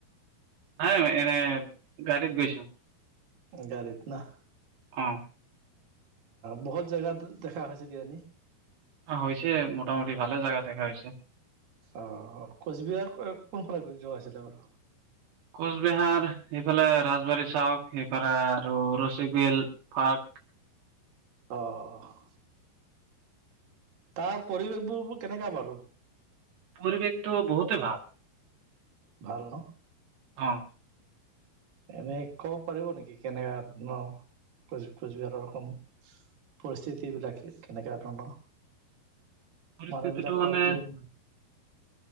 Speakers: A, on the right (about 75°); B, on the right (about 60°).
A: নাই এনে গ়ত গৈছো
B: গৰিত না
A: অ
B: বহুত জেগাত দেখা হৈছে কিজানী
A: অ', হৈছে মোটামুটি ভালে জেগা দেখা হৈছে
B: অ', কোচবিহাৰ কোনফাল গৈ যোৱা আছিলে বাৰু
A: কোচবিহাৰ সেইফালে ৰাজবাৰী চাওক সেইফালে আৰু ৰচবল পাৰ্ক
B: অ', তাৰ পৰিৱেশ বোৰোৰ কেনেকা বাৰু
A: পৰিৱেশটো বহুতে ভাল
B: ভাল ন
A: অ'
B: এনেই ক'ব পাৰিব নেকি কেনেকুৱা ধৰ কোচ কোচবিহাৰখন পৰিস্থিতি বিলাকে কেনেকা ধৰণৰ
A: পৰিস্থিতিটো
B: মানুহ বিলাকৰ
A: মানে
B: জীৱন